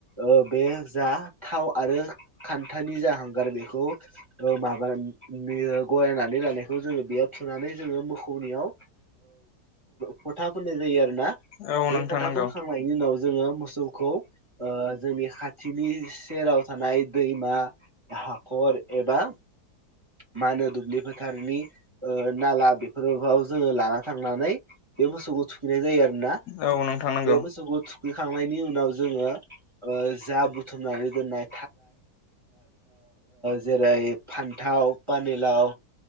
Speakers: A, on the right (about 25°); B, on the left (about 75°).
A: औ बे जा थाव आरो खान्थानि जा हांगार बेखौ माबा बियो गलायनानै लानायखौ जों बेयाव थुनानै जोङो मोखौनियाव फथा फोननाय जायो आरो दा
B: औ
A: बे
B: नोंथां
A: फोथा
B: नंगौ
A: फोनखांनायनि उनाव जोङो मोसौखौ जोंनि खा खाथिनि सेराव थानाय दैमा हाखर एबा मा होनो दुब्लि फोथारनि नाला बेफोराव जोङो लाना थांनानै बे मोसौखौ थुखैनाय जायो आरोना
B: औ नोंथां नंगौ
A: बे मोसौखौ थुख थुखैखांनायनि उनाव जोङो जा बुथुमनानै दोननाय जेरै फान्थाव पानिलाव